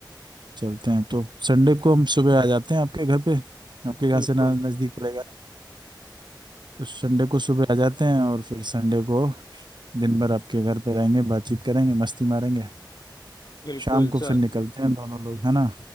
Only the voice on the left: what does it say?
बिल्कुल
बिल्कुल
सर